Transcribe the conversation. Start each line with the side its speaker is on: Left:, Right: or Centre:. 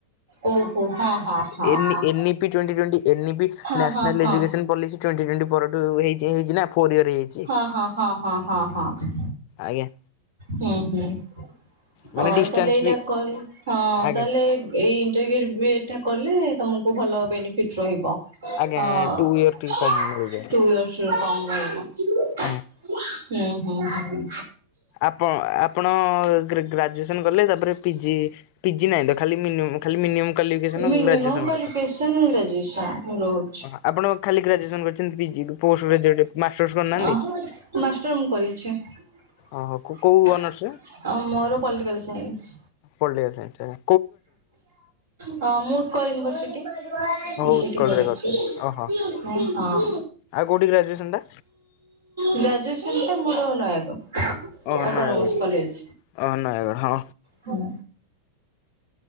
Right: ଓହୋ ହଁ ହଁ ହଁ
Left: ଏନ୍
Right: ହଁ।
Left: N E P twenty twenty. NEP
Right: ହଁ
Left: ନ୍ୟାସନାଲ
Right: ହଁ ହଁ
Left: ଏଜୁକେସନ୍ ପଲିସି ଟ୍ୱେଣ୍ଟି ଟ୍ୱେଣ୍ଟି ପରଠୁ ହେଇ ହେଇଛି ନା ଫୋର୍ ଇୟର ହେଇଚି
Right: ହଁ ହଁ ହଁ ହଁ ହଁ ହଁ।
Left: ଆଜ୍ଞା।
Right: ହୁଁ ହୁଁ ହଉ
Left: ମାନେ ଡିଷ୍ଟାନ୍ସ
Right: ତାହେଲେ ଏଇଟା
Left: ବି
Right: କ ହଁ
Left: ଆଜ୍ଞା
Right: ତାହେଲେ ଏଇ ଇଣ୍ଟିଗ୍ରେଟେଡ ବି ଇ ଡି ଟା କଲେ ତମକୁ ଭଲ ବେନିଫିଟ ରହିବ।
Left: ଆଜ୍ଞା
Right: ହଁ
Left: ଟୁ ଇୟର ଟିକେ କମ ମିଳିଯାଏ
Right: ଟୁ ଇୟର୍ସର କମ ରହିବ।
Left: ଆଜ୍ଞା।
Right: ହୁଁ ହୁଁ ହୁଁ।
Left: ଆପଣ ଆପଣ ଗ୍ରାଜୁଏସନ କଲେ ତାପରେ ପିଜି ପିଜି ନାହିଁ ତ ଖାଲି ମିନିମମ୍ ଖାଲି ମିିନିମମ କ୍ୱାଲିଫିକେସନ
Right: ମିନିମମ୍
Left: ଗ୍ରାଜୁଏସନ ଦରକାର।
Right: <inaudible> ଗ୍ରାଜୁଏସନ୍ ମୋର।
Left: ଓ ଆପଣ ଖାଲି ଗ୍ରାଜୁଏସନ କରିଛନ୍ତି ପିଜି ପୋଷ୍ଟ ଗ୍ରାଜୁଏଟ ମାଷ୍ଟର୍ସ କରିନାହାନ୍ତି?
Right: ଅ ମାଷ୍ଟର ମୁଁ କରିଛି ମୋର
Left: ଓହୋ କୋଉ ଅନର୍ସ
Right: ପଲିଟିକାଲସାଇନ୍ସ।
Left: ପଲିଟିକାଲସାଇନ୍ସ ଆଜ୍ଞା।
Right: ହଁ ମୁଁ ଉତ୍କଳ ୟୁନିଭର୍ସିଟି
Left: ହଉ
Right: ମୁ ସେଇଠି
Left: ଉତ୍କଳରେ
Right: ପଢ଼ିଛି।
Left: କରିଛନ୍ତି ଓହୋ
Right: ହଁ ହଁ।
Left: ଆଉ କୋଉଠି ଗ୍ରାଜୁଏସନ ଟା?
Right: ଗ୍ରାଜୁଏସନ୍ ଟା ମୋର ନୟାଗଡ଼।
Left: ଅ
Right: ଅଟୋନମସ୍
Left: ନୟାଗଡ଼
Right: କଲେଜ।
Left: ଅ ନୟାଗଡ଼ ହଁ।
Right: ହୁଁ।